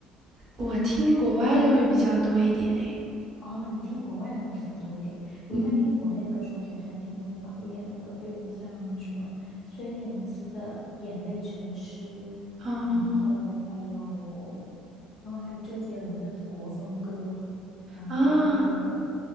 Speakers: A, on the right (about 40°); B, on the left (about 35°).
A: 我听国外的会比较多一点。哎，
B: 哦，你听国外的会比较多一点。我一般听国内的歌手，
A: 嗯，
B: 比较喜欢听老一点的歌，比如像什么孙燕姿的《眼泪成诗》，
A: 哦，
B: 然后还有，然后还有周杰伦的国风歌，然后还有，
A: 啊，